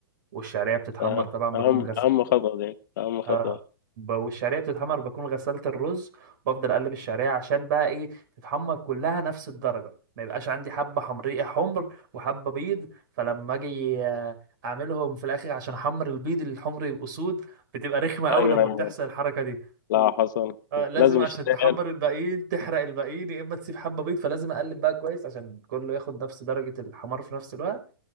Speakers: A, on the right; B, on the left.
A: والشعرية بتتحمر
B: اه،
A: طبعا
B: اهم
A: بكون غسل
B: اهم خطوه دي اهم خطوه
A: اه ب- والشعريه بتتحمر بكون غسلت الرز وبفضل اقلب الشعريه عشان بقى ايه تتحمر كلها نفس الدرجه ما يبقاش عندي حبه حمريه حمر وحبه بيض فلما اجي آه، اعملهم في الاخر عشان احمر البيض الحمر يبقوا سود بتبقى رخمه قوي
B: ايوه
A: لما بتحصل الحركه دي
B: لا حصل
A: آه لازم
B: لازم
A: عشان
B: الشعريه
A: تحمر الباقيين تحرق الباقيين يا اما تسيب حبه بيض فلازم اقلب بقى كويس عشان كله ياخد نفس درجه الحمار في نفس الوقت